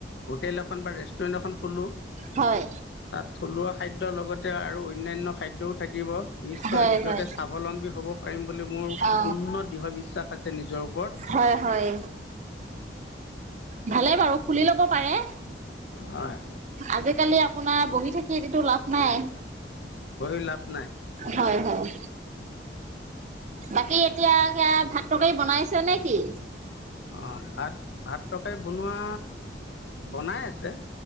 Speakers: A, on the left (about 70°); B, on the right (about 40°).
A: হোটেল এখন বা ৰেষ্টুৰেণ্ট এখন খোলোঁ।
B: হয়
A: তাত থলুৱা খাদ্যৰ লগতে আৰু অন্যান্য খাদ্যও থাকিব নিশ্চয়
B: হয়
A: নিজকে
B: হয়
A: স্বাৱলম্বী হ'ব পাৰিম বুলি মোৰ
B: অ
A: পূৰ্ণ দৃঢ় বিশ্বাস। আছে নিজৰ ওপৰত
B: হয় হয়। ভালে বাৰু খুলি ল'ব পাৰে।
A: হয়
B: আজিকালি আপোনাৰ বহি থাকিতো লাভ নাই
A: বহি লাভ নাই
B: হয় হয় বাকী এতিয়া কিয়া ভাত তৰকাৰি বনাইছে নে কি
A: অঁ ভাত ভাত তৰকাৰী বনোৱা বনাই আছে।